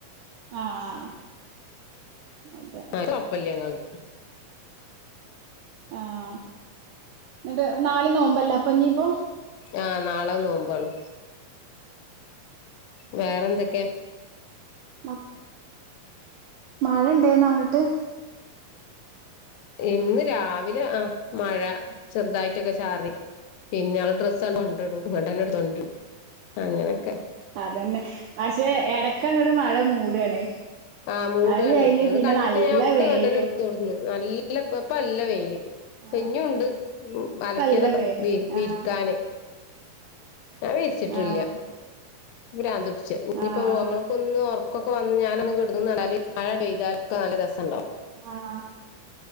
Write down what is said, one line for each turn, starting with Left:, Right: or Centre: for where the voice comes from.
Right: ആഹ് ആഹ് ആഹ് അതെ,
Left: ആരു ഒപ്പല്യാ ഇങ്ങൾത്
Right: ആഹ് ഇന്നിട്ട് നാല് നോമ്പല്ലേ അപ്പൊ ഇഞ്ഞിപ്പോ.
Left: ആഹ്, നാളെ നോമ്പാണ്. വേറെ എന്തൊക്കെ?
Right: മ മഴ ഇണ്ടേന്നോ അങ്ങട്ട്?
Left: ഇന്ന് രാവിലെ ആഹ്, മഴ ചെറുതായിട്ടൊക്കെ ചാറി. <unintelligible> ഡ്രസ് സം കൊണ്ടടും ഇങ്ങട്ടെന്നെ എടുത്തോണ്ടരും അങ്ങനെയൊക്കെ.
Right: അതന്നെ പക്ഷെ, എടക്കങ്ങട് മഴ മൂടാണ്.
Left: ആഹ്, മൂട്
Right: അത്
Left: ആണ്,
Right: കഴിഞ്ഞ്
Left: അത്
Right: പിന്നെ
Left: കണ്ടിട്ട്
Right: നല്ല
Left: ഞാൻ ഒക്കെ
Right: വെയിലും
Left: ഇങ്ങട്ടെന്നെ എടുത്തോടന്നു നല്ലപ്പ ഇപ്പ നല്ല വെയില്.
Right: ആഹ്
Left: ഇഞ്ഞൂണ്ട്, മ്
Right: ഇപ്പല്ല
Left: അലക്കിയതൊക്കെ
Right: വെയില്
Left: വിരിക്കാന്
Right: ആഹ്
Left: ഞാൻ വിരിച്ചിട്ടില്ല,
Right: ആഹ്
Left: ഇക്ക് ഭ്രാന്തുട്ച്ച് ഇഞ്ഞിപ്പോ
Right: ആഹ്
Left: നമ്മള് ക്കൊന്നു ഉറക്കൊക്കെ വന്ന് ഞാനൊന്ന് കിടന്നാല് മഴണ്ട് പെയ്താല് ഒക്ക നല്ല രസണ്ടാവും.
Right: ആഹ്,